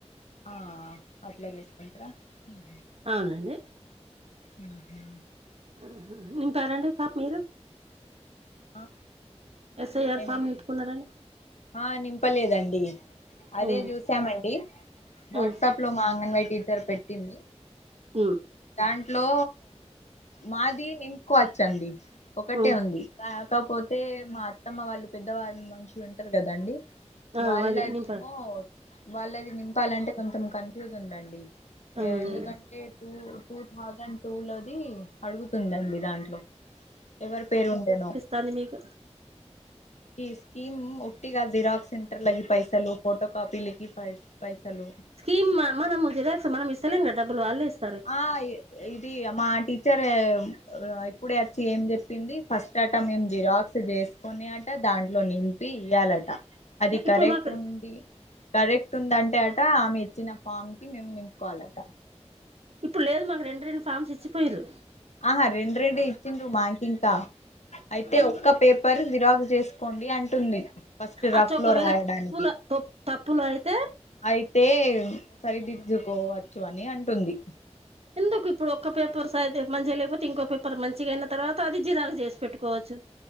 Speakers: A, on the left; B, on the right.
A: ఆహ్ అట్ల చేసుకుంటార ఉహు
B: అవునండి
A: ఊహు
B: <unintelligible> పాప్ మీరు
A: ఆ
B: ఎస్ఐఆర్
A: ఏమండి
B: ఫామ్ నింపుకున్నారాండి
A: ఆ నింపలేదండి అదే
B: ఆ
A: చూసామండి వాట్సాప్
B: ఆ
A: లో మా అంగన్వాడీ టీచర్ పెట్టింది
B: హ్మ్
A: దాంట్లో మాది నింపుకోవచ్చండి ఒకటే
B: ఉమ్
A: ఉంది కాపోతే మా అత్తమ్మ వాళ్ళు పెద్దవాళ్ళు మనుషులు ఉంటారు కదా అండి
B: ఆ
A: వాళ్ళదేమో
B: అది నింపా
A: వాళ్ళది నింపాలంటే కొంచెం కన్ఫ్యూజ్ ఉందండి
B: అదే
A: ఎందుకంటే టూ టూ థౌజండ్ టూ లోది అడుగుతుందండి దాంట్లో ఎవరి పేరు ఉండెనో
B: తన్ది మీకు
A: ఈ స్కీమ్ ఒట్టిగా జిరాక్ సెంటర్ లకి పైసలు ఫోటో కాపీలకి పై పైసలు
B: స్కీం మనం జిరాక్స్ మనం ఇస్తలేం క డబ్బులు వాళ్ళే ఇస్
A: ఆ ఏ ఇది మా టీచర్ అ ఇప్పుడే వచ్చి ఏం చెప్పింది ఫస్ట్ అట మేం జిరాక్స్ చేసి కొనేట దాంట్లో నింపి ఇయ్యాలట అది
B: ఇప్పుడు
A: కరెక్ట్
B: మాకు
A: ఉండి కరెక్ట్ ఉందంటే అట ఆమె ఇచ్చిన ఫామ్ కి మేము నింపుకోవాలట
B: ఇప్పుడు లేదు మాకు రెండు రెండు ఫార్మ్స్ ఇచ్చిపోయిర్రు
A: ఆహా రెండు రెండు ఇచ్చిండ్రు మాకు ఇంకా అయితే ఒక్క పేపర్ జిరాక్స్ చేస్ కోండి అంటుంది ఫస్ట్ రఫ్లో
B: అచ్చ ఒకవేళ
A: రాయడానికి
B: తప్పుల తప్పులు అయితే
A: అయితే సరిదిద్దుకోవచ్చు అని అంటుంది
B: ఎందుకు ఇప్పుడు ఒక్క పేపర్ స అ మంచిగా లేకపోతే ఇంకో పేపర్ మంచిగ అయిన తర్వాత అది జిరాక్స్ చేసి పెట్టుకోవచ్చు